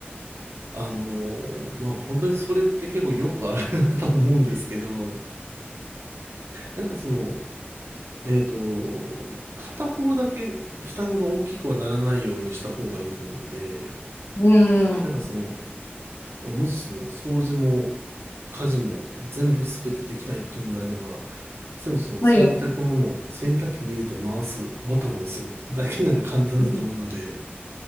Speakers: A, on the right; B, on the left.
A: あのーまあ本当にそれって結構よくあるなと思うんですけど、なんかその、えっと、片方だけ負担が大きくはならないようにした方がいいと思うので、
B: うん。
A: なんかその、もうもしその掃除も家事も全部すべてできないっていうのであれば、せめてその洗濯物を洗濯機に入れて回す、
B: はい。
A: ボタンを押すだけなら簡単だと思うので、
B: うん。